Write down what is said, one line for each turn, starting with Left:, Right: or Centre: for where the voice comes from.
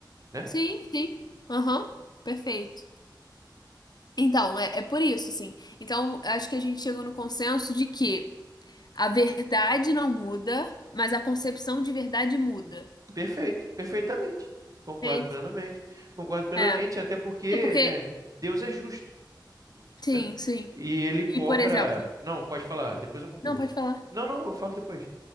Right: né?
Left: Sim, sim. Aham, perfeito. Então, é, é por isso, assim. Então, acho que a gente chegou no consenso de que A verdade não muda, mas a concepção de verdade muda.
Right: Perfeito, perfeitamente. Concordo
Left: Perfeito?
Right: plenamente. Concordo plenamente,
Left: É.
Right: até porque,
Left: É porque.
Right: né, Deus é justo,
Left: Sim,
Right: né?
Left: sim.
Right: E ele cobra.
Left: E, por exemplo.
Right: Não, pode falar, depois eu concluo.
Left: Não, pode falar.
Right: Não, não, eu falo depois.